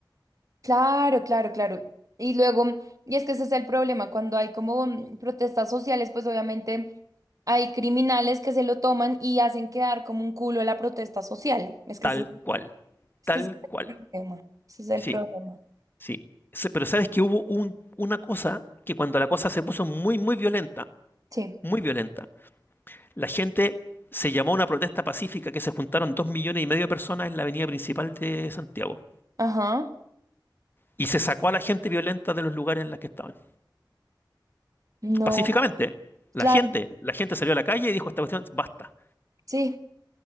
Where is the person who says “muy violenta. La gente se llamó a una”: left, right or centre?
Left